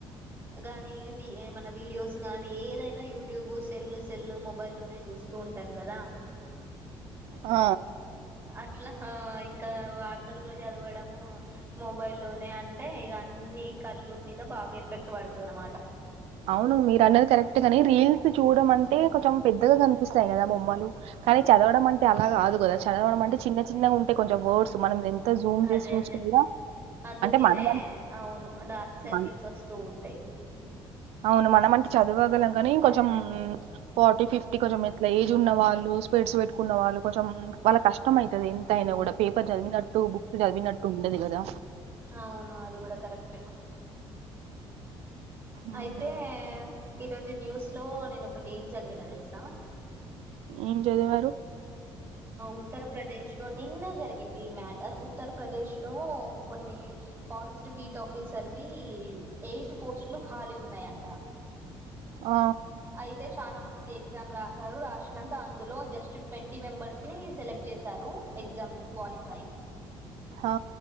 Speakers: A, on the right; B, on the right.
A: గాని ఎమన వీడియోస్ గానీ ఏదైనా యూట్యూబ్ సెల్ సెల్ మొబైల్లోనే చూస్తూ ఉంటాం కదా
B: ఆ
A: అట్లా ఇంకా వార్తలు కూడా చదవడము మొబై లోనే అంటే ఇగ అన్నిీ కళ్ళు మీద బాగా ఎఫెక్ట్ పడుతది అనమాట
B: అవును మీరు అన్నది కరెక్ట్ ని రీల్స్ చూడడం అంటే కొంచెం పెద్దగా కనిపిస్తాయి కదా బొమ్మలు కానీ చదవడం అంటే అలా కాదు కదా చదవడం అంటే చిన్న చిన్నగా ఉంటే కొంచెం వర్డ్స్ మనం జూమ్ చేసి
A: అదే
B: చూసినా
A: అదే
B: కూడా
A: అందుకేనే
B: అంటే మనం అన్-
A: అవును డార్క్ సర్కిల్స్
B: మన
A: వస్తూ ఉంటాయి
B: అవును మనం అంటే చదువగలం కానీ కొంచెం ఫార్టీ ఫిఫ్టీ కొంచెం ఇట్లా ఏజ్ ఉన్న వాళ్ళు స్పెడ్స్ పెట్టుకున్న వాళ్ళు కొంచెం వాళ్ళక్ కష్టం అవుతది ఎంత అయినా కూడా పేపర్ చదివినట్టు బుక్స్ చదివినట్టు ఉండదు కదా
A: అవును అది కూడ కరెక్టే
B: మ్మ్.
A: అయితే ఈరోజు న్యూస్ లో నేను ఒకటీ ఎం చదివినా తెలుసా
B: ఏం చదిేవారు
A: ఉత్తరప్రదేశ్లో నిన్న జరిగింది మ్యాటర్ ఉత్తరప్రదేశ్లో కొన్ని ఫారెస్ట్ బీట్ ఆఫీసర్వి ఎయిట్ పోస్ట్లు ఖాళీ ఉన్నాయంట
B: ఆ
A: అయితే చాలా మంది ఎగ్జామ్ రాసారు రాసినాక అందులో జస్ట్ ట్వంటీ మెంబర్స్ ని సెలెక్ట్ చేశారు ఎగ్జామ్ క్వాలిఫై
B: ఆ